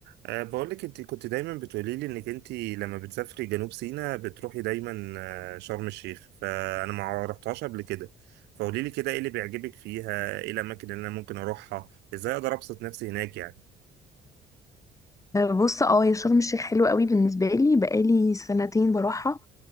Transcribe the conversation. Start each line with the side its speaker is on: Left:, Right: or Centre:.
Right: أه بقولك انت كنت دايما بتقولي لي انك انت لما بتسافري جنوب سيناء بتروحي دايما آه، شرم الشيخ فانا ما رحتهاش قبل كده فقولي لي كده ايه اللي بيعجبك فيها ايه الاماكن اللي انا ممكن اروحها ازاي اقدر ابسط نفسي هناك يعني
Left: بص اه يا شرم الشيخ حلوة قوي بالنسبة لي بقالي سنتين بروحها